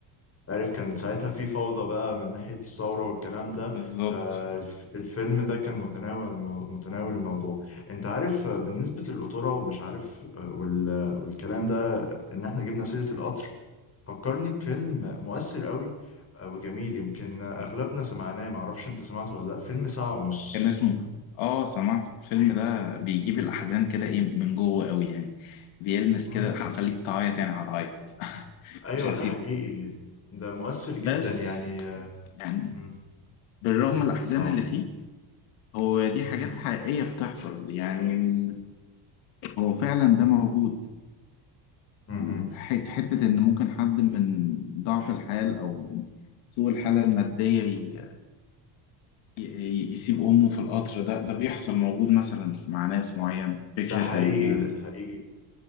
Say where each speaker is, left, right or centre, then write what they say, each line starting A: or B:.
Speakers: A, on the left (about 30°); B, on the left (about 90°).
A: عارف كانت ساعتها في فوضى بقى من ناحية الثورة والكلام ده
B: بالظبط
A: فالفيلم ده كان متناول المو- متناول الموضوع انت عارف آه، بالنسبة للقطورة ومش عارف آه، وال- آه، والكلام ده ان احنا جبنا سيرة القطر فكرني بفيلم مؤثر قوي آه، وجميل يمكن آه، اغلبنا سمعناه معرفش انت سمعته ولا لا فيلم ساعة ونص
B: كان اسمه اه سمعت الفيلم ده بيجيب الأحزان كده ايه من جوه قوي يعني بيلمس
A: مم.
B: كده هخليك تعيط يعني هتعيط <laughs>
A: ايوه
B: مش هسيب
A: ده حقيقي ده مؤثر جدا
B: بس
A: يعني آه،
B: يعني
A: مم.
B: بالرغم من الأحزان
A: سامع
B: اللي فيه هو دي حاجات
A: مم.
B: حقيقية بتحصل يعني هو فعلا ده موجود
A: مهم.
B: الح- حتة إن ممكن حد من ضعف الحال أو من سوء الحالة المادية ي- ي- يسيب أمه في القطر ده ده بيحصل موجود مثلا مع ناس معينة فكرة
A: ده حقيقي
B: إن
A: ده حقيقي